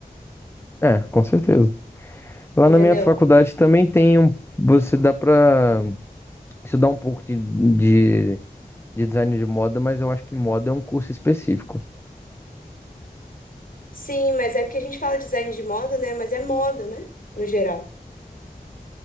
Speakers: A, on the left (about 15°); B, on the left (about 65°).
A: É, com certeza. Lá
B: entendeu?
A: na minha faculdade também tem um. Você dá pra estudar um pouco de, de, de design de moda, mas eu acho que moda é um curso específico.
B: Sim, mas é porque a gente fala design de moda, né? Mas é moda, né? No geral.